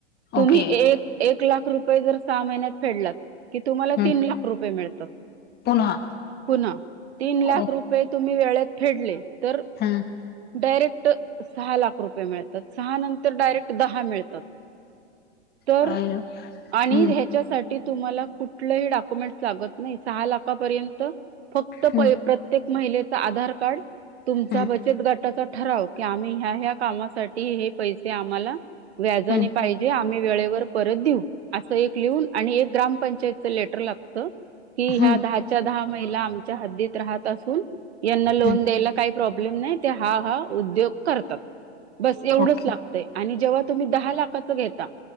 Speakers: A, on the right; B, on the left.
A: तुम्ही
B: ओके
A: एक -एक लाख रुपय ते जर सहा महिन्यात फेडलत की तुम्हाला
B: हम्म
A: तीन लाख रुपये <unintelligible> त
B: पुन्हा
A: पुन्हा- तीन लाख
B: ओ
A: रुपये तुम्ही वेळेत फेडले तर
B: हम
A: डायरेक्ट सहा लाख रुपये मिळतात सहा नंतर डायरेक्ट दहा मिळत <unintelligible> तर
B: अ
A: आणि
B: हम्म
A: ह्याच्यासाठी तर तुम्हाला कुठलही डॉक्युमेंट लागत नाही सहा लाखापर्यंत <unintelligible> प्रत्येक
B: हम्म
A: महिलेचा आधार कार्ड त्या
B: हम्म
A: बचत गटाचा ठराव की आम्ही ह्या ह्या कामासाठी हे पैसे आम्हाला व्याजाने
B: हम्म
A: पाहिजे आमही आणि वेळेवर परत देऊ अस एक लिहून आणि एक ग्रामपंचायतच लेटर लागत कि
B: हम्म
A: ह्या दहाच्या दहा महिला आमच्या हद्दीत राहत असून यांना लोन
B: हम्म,
A: द्यायला काय प्रॉब्लेम नाही ते हा- हा उद्योग करतात. बस एवढंच
B: ओके.
A: लागतय आणि जेव्हा तुम्ही दहा लाखच घेता